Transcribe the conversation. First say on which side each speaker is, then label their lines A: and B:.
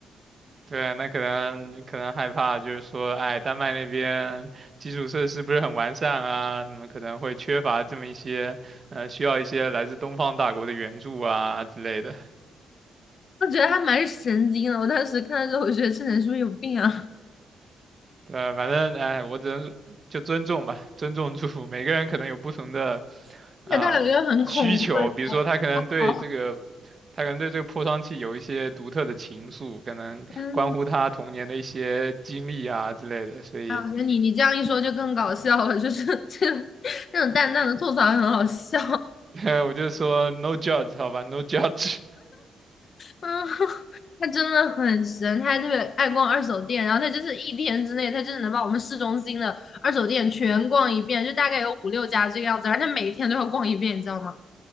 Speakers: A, on the right (about 40°); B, on the left (about 55°).
A: 对，那可能可能害怕，就是说，哎，丹麦那边基础设施不是很完善啊，你们可能会缺乏这么一些，呃，需要一些来自东方大国的援助啊之类的。
B: <laughs> 我觉得他蛮神经的，我当时看到之后，我觉得这人是不是有病啊？
A: 对，反正哎，我只能说就尊重吧，尊重祝福。每个人可能有不同的
B: <laughs>
A: 啊、
B: 而且他有一个很恐怖的。
A: 呃需求，比如说他可能对这个，
B: <laughs> 好
A: 他可能对这个破窗器有一些独特的情愫，可能关乎他童年的一些经历啊之类的，
B: 嗯，
A: 所以。
B: 哎，我觉得你你这样一说就更搞笑了，就是 <laughs> 这那种淡淡的吐槽很好笑。
A: <laughs> 我就说 no judge 好吧，no judge，
B: 嗯，<laughs> 他真的很神，他还特别爱逛二手店，然后他就是一天之内，他就是能把我们市中心的二手店全逛一遍，就大概有五六家这个样子，然后他每一天都要逛一遍，你知道吗？